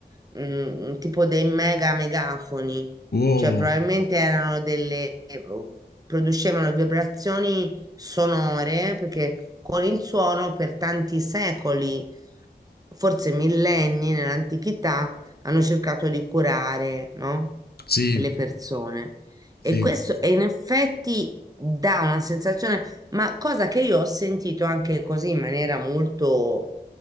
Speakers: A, on the right (about 20°); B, on the left (about 60°).
A: mh, tipo dei mega megafoni,
B: Wow,
A: cioè probabilmente erano delle, producevano vibrazioni sonore perché con il suono per tanti secoli, forse millenni nell'antichità, hanno cercato di curare, no?
B: sì,
A: le persone.
B: sì,
A: E questo e in effetti dà una sensazione, ma cosa che io ho sentito anche così in maniera molto